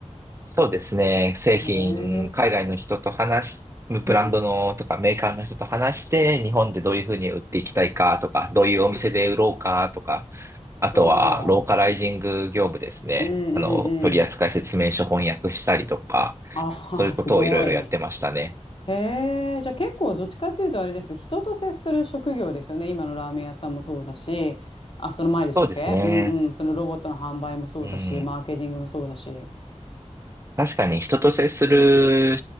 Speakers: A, on the right (about 25°); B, on the left (about 45°).
A: そうですね。製品、
B: へえ、
A: 海外の人と話し、
B: うん
A: ブランドのとかメーカーの人と話して、日本でどういうふうに売っていきたいかとか、どういうお店で売ろうかとか、あとは、
B: なるほど。
A: ローカライジング業務ですね。
B: うんうんうん。
A: あの、取扱説明書翻訳したりとか、
B: ああ、
A: そういうことをいろいろやってましたね。
B: すごい。へえ、じゃあ結構どっちかっていうとあれです。人と接する職業ですよね。今のラーメン屋さんもそうだし、あ、その前でしたっけうんうん。
A: そうですね。
B: そのロボットの販売もそうだし、
A: うん。
B: マーケティングもそうだし。
A: 確かに人と接する